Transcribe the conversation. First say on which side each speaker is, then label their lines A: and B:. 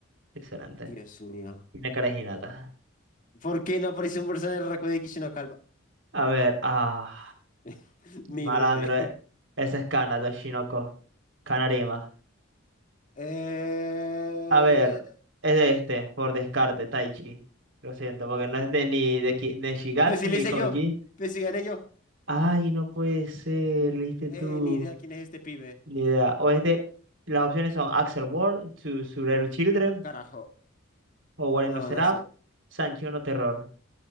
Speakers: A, on the right (about 60°); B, on the left (about 40°).
A: Excelente.
B: Dios mío.
A: Tiene cara de Hinata.
B: ¿Por qué no aparece un personaje de Raku de Kishino Calva?
A: A ver, ah.
B: <laughs> Ni
A: Malandro,
B: dudé.
A: eh. ese es Kana, Doshinoko, Kanarima.
B: Eh...
A: A ver, es de este, por descarte, Taichi. Lo siento, porque no es de ni de, Ki- de Shigatsu
B: Pero si le
A: ni
B: hice
A: Koji.
B: yo. Pero si gané yo.
A: Ay, no puede ser, leíste
B: Eh,
A: tú.
B: ni idea quién es este pibe.
A: Ni idea. O es de. Las opciones son Axel World, To Tsureru Children,
B: Carajo.
A: o Wari
B: No,
A: no Seraph,
B: no sé.
A: Sankyo no Terror.